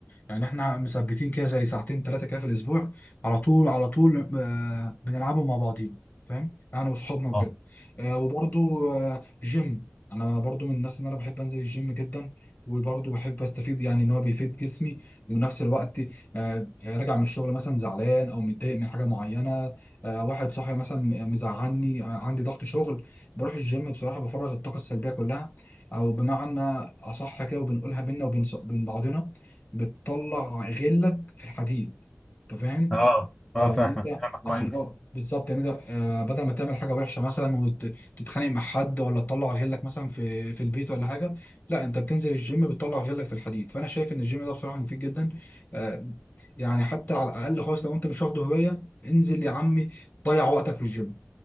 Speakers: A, on the left (about 35°); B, in the centre.
A: يعني احنا مثبتين كده زي ساعتين ثلاثه كده في الاسبوع على طول على طول آه، بنلعبوا مع بعضين فاهم يعني انا وصحابنا وكده
B: اه
A: آه، وبرضو آه، جيم انا برضو من الناس ان انا بحب انزل الجيم جدا وبرضو بحب استفيد يعني ان هو بيفيد جسمي وفي نفس الوقت آه، راجع من الشغل مثلا زعلان او متضايق من حاجه معينه آه، واحد صاحبي مثلا م- مزعلني آه، عندي ضغط شغل بروح الجيم بصراحه بفرغ الطاقه السلبيه كلها او بمعنى اصح كده وبنقولها بينا وبين وبين بعضنا بتطلع غلك في الحديد انت فاهم
B: اه اه
A: اه
B: فاهمك
A: ان انت
B: فاهمك
A: يعني
B: كويس
A: اه بالظبط ان انت آه بدل ما تعمل حاجه وحشه مثلا وتتخانق مع حد ولا تطلع غلك مثلا في في البيت ولا حاجه لا انت بتنزل الجيم بتطلع غلك في الحديد فانا شايف ان الجيم ده بصراحه مفيد جدا آه يعني حتى على الاقل خالص لو انت مش واخده هوايه انزل يا عمي ضيع وقتك في الجيم